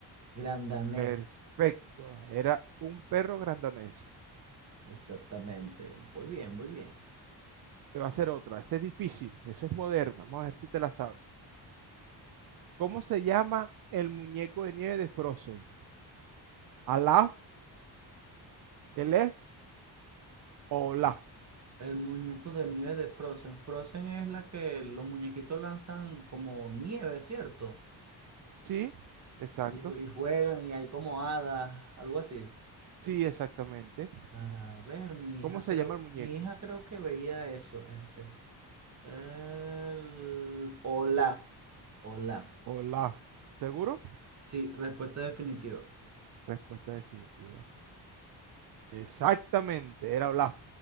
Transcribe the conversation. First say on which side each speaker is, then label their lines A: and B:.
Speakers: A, on the right; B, on the right.
A: grandanés,
B: Perfecto, era un perro grandanés.
A: exactamente. Muy bien, muy bien.
B: Te va a hacer otra, esa es difícil, esa es moderna. Vamos a ver si te la sabes. ¿Cómo se llama el muñeco de nieve de Frozen? ¿Alaf, El F o L A F,
A: El muñeco de nieve de Frozen. Frozen es la que los muñequitos lanzan como nieve, ¿cierto?
B: Sí, exacto.
A: Y, ju- y juegan y hay como hadas, algo así.
B: Sí, exactamente.
A: Para ver, mi
B: ¿Cómo
A: hija
B: se
A: creo,
B: llama el muñeco?
A: mi hija creo que veía eso. Este, el Olaf. Olaf.
B: Olaf. ¿Seguro?
A: Sí, respuesta definitiva.
B: Respuesta definitiva. Exactamente, era Olaf.